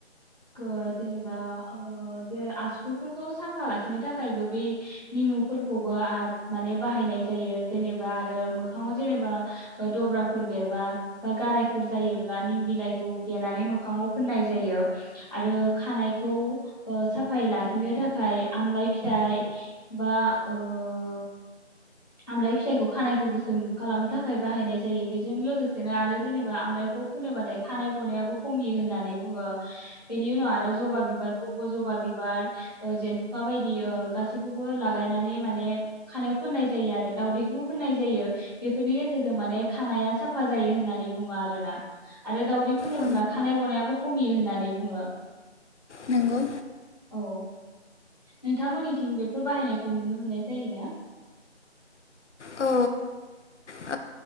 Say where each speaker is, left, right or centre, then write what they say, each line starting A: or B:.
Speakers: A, on the left; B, on the left.
A: गो- जेनेबा ओ- जे आसुगुफोरखौ साफा लाखिनो थाखायबो बे निमुफोरखौबो आ- माने बाहायनाय जायो जेनेबा आरो मोखाङाव जेनेबा ओ दब्राफोर बेरबा बा गारायफोर जायोब्ला निम बिलाइखौ देनानै मोखाङाव फोननाय जायो आरो खानायखौ ओ- साफायै लाखिनो थाखाय आमलाय फिथाइ बा ओ- आमलाय फिथाइखौ खानायखौ गोसोम खालामनो थाखाय बाहायनाय जायो बेजों लोगोसेनो आरो जेने बा आमलाइखौ फोनोबाथाय खानाय। गनायाबो खमियो होननानै बुङो बेनि उनाव आरो जबा बिबारखौबो जबा बिबार ओ जेनथुखा बायदि ओ- गासैखौबो लागायनानै माने। खानायाव फोननाय जायो आरो दावदैखौबो फोननाय जायो बेफोरनि गेजेरजों माने खानाया साफा जायो होननानै बुङो आरोना आरो। दाउदै फोनोब्ला
B: औ
A: खानाय गनायाबो। खमियो होननानै बुङो।
B: नंगौ।
A: औ नोंथांमोननिथिं बेफोर बाहायनायखौ नुनो मोननाय जायोना?
B: औ औ।